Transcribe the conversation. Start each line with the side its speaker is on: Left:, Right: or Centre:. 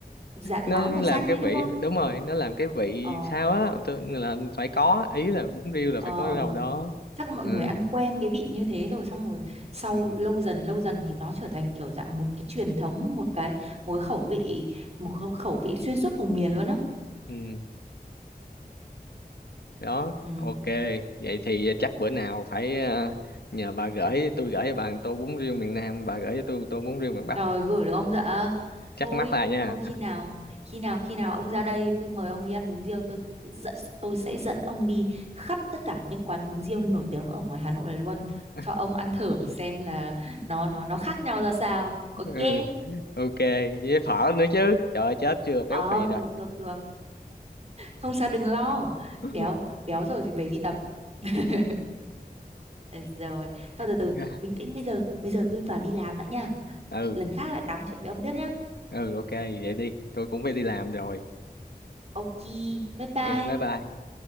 Right: dạ, lá
Left: nó làm
Right: màu xanh
Left: cái
Right: đấy
Left: vị
Right: đúng không
Left: đúng rồi nó làm cái vị
Right: ờ
Left: sao á tôi là phải có ý là bún riêu là
Right: ờ
Left: phải có
Right: ờ
Left: cái rau đó
Right: chắc mọi
Left: ừ
Right: người ăn quen cái vị như thế rồi xong rồi sau
Left: ừ
Right: lâu dần lâu dần thì nó trở thành kiểu dạng một cái truyền thống một cái một cái khẩu vị một khẩu khẩu vị xuyên suốt vùng miền luôn á
Left: ừ đó
Right: ừ.
Left: ok vậy thì chắc bữa nào phải ờ, nhờ bà gửi tôi gửi cho bà một tô bún riêu miền Nam bà gửi cho tôi một tô bún riêu miền Bắc
Right: Rồi gửi được ông dạ
Left: chắc
Right: thôi
Left: mắc lại nha
Right: thôi khi nào khi nào khi nào ông ra đây tôi mời ông đi ăn bún riêu tôi dẫn- tôi sẽ dẫn ông đi khắp tất cả những quán bún riêu nổi tiếng ở ngoài Hà Nội này luôn
Left: <laughs>
Right: cho ông ăn thử xem là nó nó nó khác nhau ra sao ok
Left: ừ ok với phở nữa chứ trời ơi, chết chưa
Right: ờ
Left: béo phì rồi
Right: được được được không sao đừng lo
Left: <laughs>
Right: béo béo rồi thì về đi tập <laughs> Ờ, rồi thôi từ từ
Left: ok
Right: bình tĩnh bây giờ bây giờ tôi vào đi làm đã nha
Left: ừ
Right: lần khác lại tám chuyện với ông tiếp nhá
Left: ừ ok vậy đi tôi cũng phải đi làm rồi
Right: ok bye bye
Left: ok bye bye